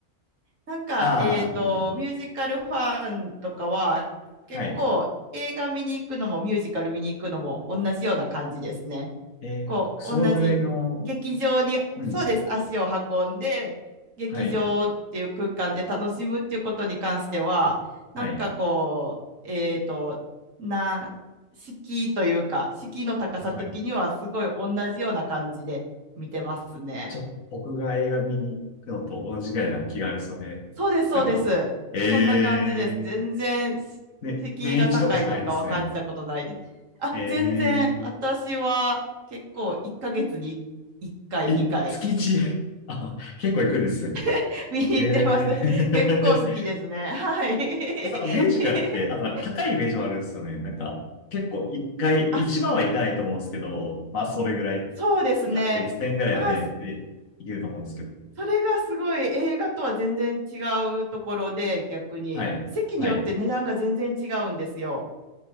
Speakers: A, on the right (about 70°); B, on the left (about 75°).
A: なんか、
B: ああ、
A: えっと、
B: うん。
A: ミュージカルファンとかは、結構映画見に行くのもミュージカル見に行くのも同じような感じですね。
B: はい。えーあ、
A: こう、
B: そのぐらいの、
A: 同じ劇場に、
B: うん。
A: そうです、足を運んで、劇場っていう空間で楽しむっていうことに関しては、
B: はい。はい。
A: なんかこう、えっと、な、敷居というか、敷居の高さ的にはすごい同じような感じで見てますね。
B: はい。ちょ、僕が映画見に行くのと同じぐらいの気軽さで、
A: そうです、そうです。
B: なんか、え
A: そんな感じです。
B: ー、
A: 全然、し敷居が高いとかは感じたことないです。
B: ね、年一とかじゃないんですね。
A: あ、
B: え
A: 全然、私は結構1ヶ月に1回、
B: ええ、
A: 2回
B: 月一 <laughs> あ、結構行くんですね。
A: <laughs> 見に行ってます。
B: ええ
A: 結構好きですね。
B: <laughs>
A: はい。
B: なんか <laughs> ミュージカルって、
A: <laughs>
B: あとなんか高いイメージもあるんですよね。なんか、結構一回、一万はいかないと思うんですけど、
A: あ、
B: まあそれぐらい。
A: そうですね。
B: だって2000円ぐらいはね、
A: まあ、
B: で、いけると思うんですけど。
A: それがすごい映画とは全然違うところで、逆に。
B: はい。
A: 席によって値段が全然違うんですよ。
B: はい。